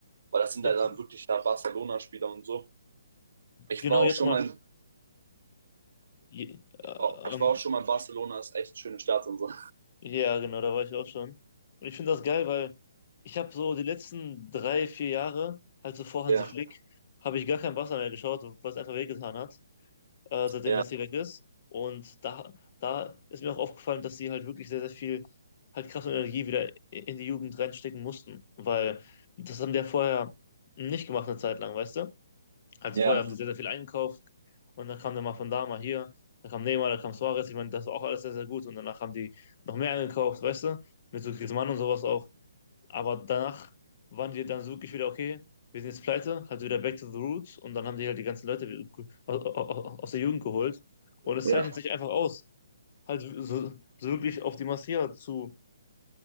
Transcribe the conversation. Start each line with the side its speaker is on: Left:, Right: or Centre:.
Right: Weil das sind
Left: Jetzt,
Right: halt dann wirklich da Barcelona-Spieler und so. Ich
Left: genau,
Right: war auch
Left: jetzt
Right: schon
Left: mal.
Right: mal, in-
Left: Je, äh,
Right: ich war, ich
Left: ähm,
Right: war auch schon mal in Barcelona, ist echt schöne Stadt und so.
Left: ja, genau, da war ich auch schon. Und ich finde das geil, weil ich habe so die letzten drei, vier Jahre, halt so vor
Right: Ja,
Left: Hansi Flick, habe ich gar kein Barca mehr geschaut, was einfach wehgetan hat. äh, seitdem
Right: ja,
Left: Messi weg ist. Und da, da ist mir auch aufgefallen, dass sie halt wirklich sehr, sehr viel halt Kraft und Energie wieder in die Jugend reinstecken mussten, weil das haben die ja vorher nicht gemacht eine Zeit lang, weißt du? Also
Right: Ja,
Left: vorher haben sie sehr, sehr viel eingekauft und dann kam der mal von da, mal hier, da kam Neymar, da kam Suarez, ich meine, das war auch alles sehr, sehr gut und danach haben die noch mehr eingekauft, weißt du? Mit so Griezmann und sowas auch. Aber danach waren die dann so wirklich wieder, okay, wir sind jetzt pleite, halt wieder back to the roots und dann haben die halt die ganzen Leute aus, aus der Jugend geholt. Und es
Right: ja,
Left: zeichnet sich einfach aus, halt so, so so wirklich auf die Massier zu,